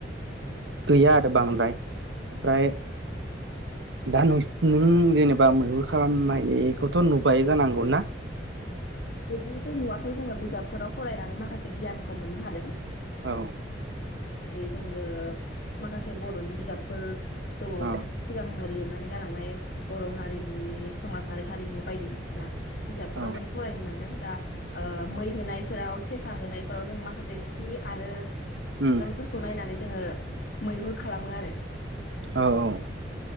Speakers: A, on the right (about 75°); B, on the left (about 65°).
A: गैया आरो बांद्राय। ओमफ्राय दा नोंसि नों जेनेबा मैहु खालामनायखौथ' नुबाय जानांगौ ना?
B: बेदिथ' नुवाखै जोङो बिजाबफोराव फरायनानै माखासे गियानखौ मोननो हादों।
A: औ।
B: जेरै जोङो माखासे बर'नि बिजाबफोर दङ
A: औ
B: घो सिगांनो लिर नानै गालांनाय बर' हारिमुनि समाजारि हारिमु बायदिसिना बिजाबफोराव
A: औ
B: जों फरायनो मोन्दों दा ओ मै होनायफोराव सेसा होनायफोराव जों माखासे बेखि आरो
A: उम
B: खौ नायनानै जोङो मैहुर खालामो आरो
A: औ औ